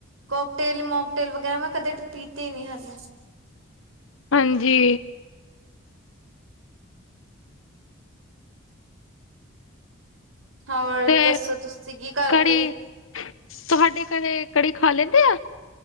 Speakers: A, on the right; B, on the left.
A: ਕੋਕਟੇਲ, ਮੋਕਟੇਲ ਵਗੈਰਾ ਮੈਂ ਕਦੇ ਤੇ ਪੀਤੀ ਹੀ ਨਹੀਂ ਹਲੇ।
B: ਹਾਂਜੀ।
A: ਹੋਰ
B: ਤੇ
A: ਦੱਸੋ, ਤੁਸੀ ਕੀ ਕਰਦੇ?
B: ਕੜੀ ਤੁਹਾਡੇ ਘਰੇ ਕੜੀ ਖਾ ਲੈਂਦੇ ਐਂ।